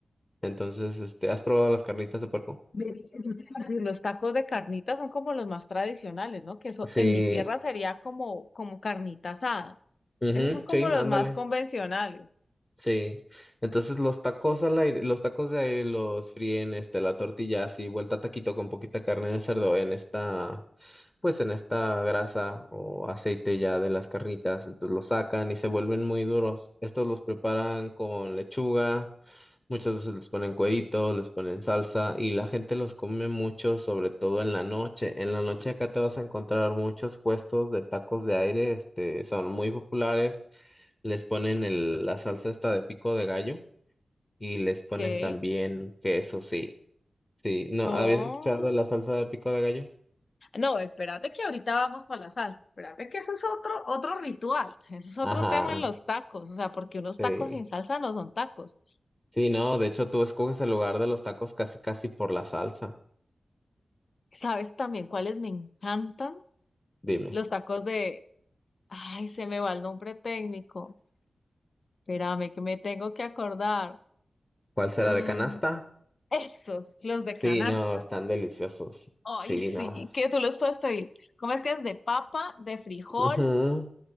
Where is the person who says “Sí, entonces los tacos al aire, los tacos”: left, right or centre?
Left